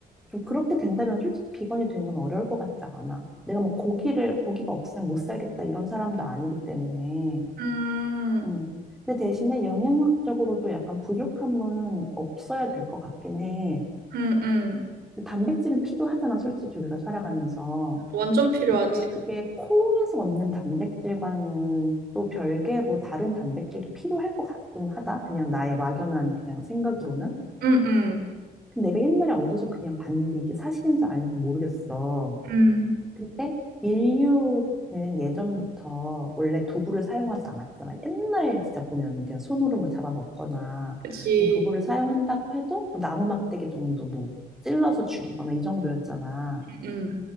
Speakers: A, in the centre; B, on the right.
A: 좀 그렇게 된다면 솔직히 비건이 되는 건 어려울 것 같지 않아. 내가 뭐 고기를 고기가 없으면 못 살겠다 이런 사람도 아니기 때문에.
B: 음.
A: 음. 근데 대신에 영양학적으로도 약간 부족함은 없어야 될 것 같긴 해.
B: 음. 음. 음.
A: 단백질은 필요하잖아, 솔직히 우리가 살아가면서.
B: 완전 필요하지.
A: 근데 음, 그게 콩에서 얻는 단백질과는 또 별개로 다른 단백질이 필요할 것 같긴 하다. 그냥 나의 막연한 그냥 생각으로는.
B: 음. 음.
A: 근데 내가 옛날에 어디서 그냥 봤는데 이게 사실인지 아닌지 모르겠어.
B: 음.
A: 근데 인류는 예전부터 원래 도구를 사용하지 않았잖아. 옛날 진짜 보면은 그냥 손으로 뭐 잡아먹거나
B: 그치.
A: 도구를 사용한다고 해도 뭐 나무 막대기 정도 뭐 찔러서 죽이거나 이 정도였잖아.
B: 음.